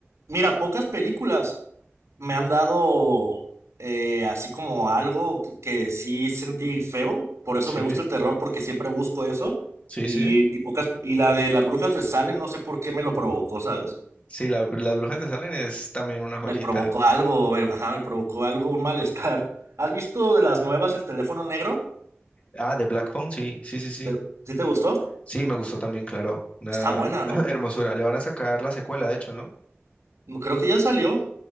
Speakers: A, on the right (about 85°); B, on the left (about 25°).
A: Mira, pocas películas. me han dado eh, así como algo que que sí sentí feo, por eso
B: Sí,
A: me gusta el terror, porque siempre busco eso.
B: sí,
A: Y,
B: sí.
A: y pocas, y la de las brujas de Salem, no sé por qué me lo provocó, ¿sabes?
B: Sí, la- las brujas de Salem es también una joyita.
A: Me provocó algo, me- ajá, me provocó algo, un malestar. <laughs> ¿Has visto de las nuevas el teléfono negro?
B: Ah, de Black Phone, sí, sí, sí, sí.
A: ¿Te- ¿Sí te gustó?
B: Sí, me gustó también, claro. Una
A: Está buena,
B: <clears throat>
A: ¿no?
B: hermosura. Le van a sacar la secuela, de hecho, ¿no?
A: No, Creo que ya salió,